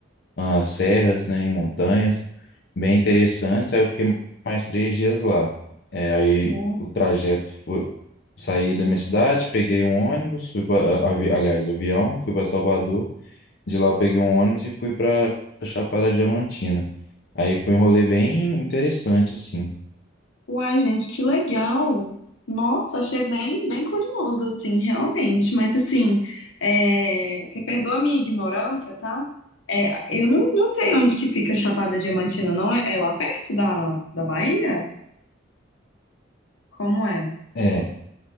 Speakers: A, on the left; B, on the left.
A: ah, serras, né, e montanhas, bem interessantes. Aí eu fiquei mais três dias lá. É, aí
B: Hum.
A: o trajeto foi saí da minha cidade, peguei um ônibus, fui para, aliás, avião, fui para Salvador. De lá eu peguei um ônibus e fui para Chapada Diamantina. Aí foi um rolê bem interessante, assim.
B: Uai, gente, que legal! Nossa, achei bem, bem curioso, assim, realmente. Mas, assim, é, você perdoa a minha ignorância, tá? É, eu não, não sei onde que fica Chapada Diamantina, não. É, é lá perto da, da Bahia? Como é?
A: É,